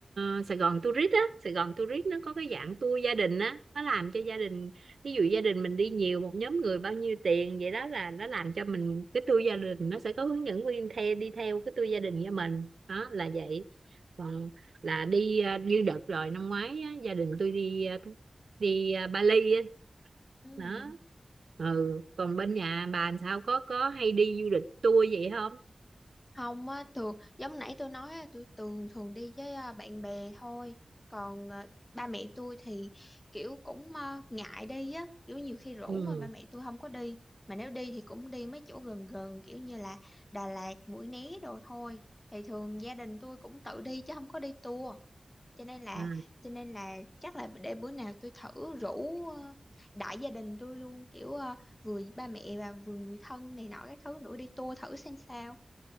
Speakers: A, on the right; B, on the left.
A: ờ, Sài Gòn Tourist á Sài Gòn Tourist nó có cái dạng tour gia đình á nó làm cho gia đình ví dụ gia đình mình đi nhiều một nhóm người bao nhiêu tiền vậy đó là nó làm cho mình cái tour gia đình nó sẽ có hướng dẫn viên theo đi theo cái tour gia đình cho mình đó là vậy còn là đi ờ, như đợt rồi năm ngoái á, gia đình tôi đi ờ, đi à, Bali á
B: Ừ.
A: đó ừ còn bên nhà bà làm sao có có hay đi du lịch tour vậy không
B: Không á, thường giống nãy tôi nói á, tôi thường thường đi với à, bạn bè thôi. Còn à, ba mẹ tôi thì kiểu cũng à, ngại đi á, kiểu nhiều khi rủ
A: ừ
B: mà ba mẹ tôi không có đi. Mà nếu đi thì cũng đi mấy chỗ gần gần kiểu như là Đà Lạt, Mũi Né đồ thôi. Thì thường gia đình tôi cũng tự đi chứ không có đi tour. cho nên là
A: à,
B: cho nên là chắc là để bữa nào tôi thử rủ ờ, đại gia đình tôi luôn kiểu ờ, vừa ba mẹ và vừa người thân này nọ các thứ nữa đi tour thử xem sao